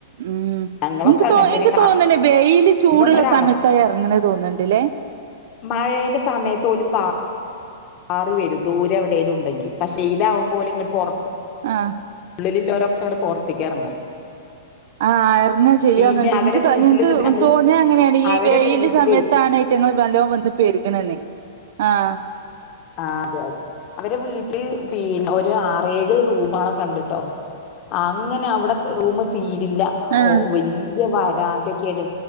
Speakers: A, on the right (about 50°); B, on the left (about 30°).
A: ഉം
B: ഞങ്ങളൊക്കെ
A: ഇൻക്ക്
B: അങ്ങനെ തന്നെ
A: ഇൻക് തോന്ന്ണ് വൈല്
B: അന്നൊന്നൊരു
A: ചൂടുള്ള സമയത്താ
B: അറ
A: എറങ്ങണ തോന്ന്ണ്ട്ലേ
B: മഴേന്റെ സമയത്ത് ഓല് പാ പാറി വരും ദൂരെ എവിടേലുഉണ്ടെങ്കി പക്ഷെ വെയിൽ ആകുമ്പോ ഇങ്ങ പൊറ
A: ആഹ്
B: ഉള്ളില്ല്ലോരൊക്കങ്ങട പോർത്ത് കേറങ്ങും
A: ആഹ് അറങ്ങും ചെയ്യന്ന്ണ്ട്
B: പിന്നെ അവരെ
A: ഇൻക്ക് തോന്നി
B: വീട്ടിൽ
A: ഇന്ക്
B: നിന്നിട്ട് ഞങ്ങള്
A: തോന്നിയ അങ്ങനെണ് ഈ
B: അവരെ
A: വെയില്
B: വീട്ടിലേ
A: സമയത്താണ് സമയത്താണ് ഇതയ്റ്റങ്ങൾ നല്ലോം വന്ന് പേരുകണന്ന് ആഹ്
B: ആഹ് അതെ അതെ ഇവരെ വീട്ടിൽ പി ഒരു ആറേഴ് റൂമളൊഒക്കെണ്ട് ട്ടോ അങ്ങനെ അവിടെ റൂമ് തീരില്ല
A: ആഹ്
B: ഓഹ് വല്യാ വരാന്തൊക്കെണ്